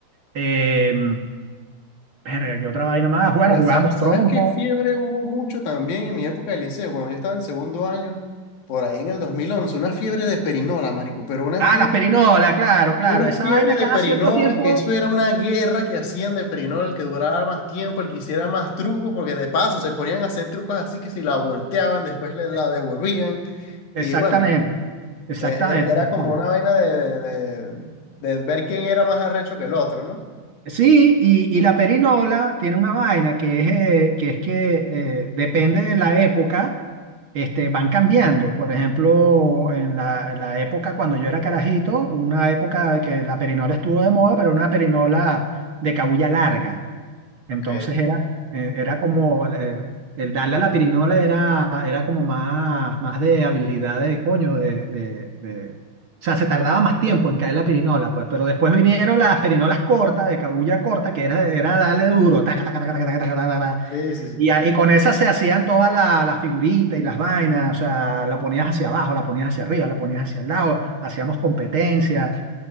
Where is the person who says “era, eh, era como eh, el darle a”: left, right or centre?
Right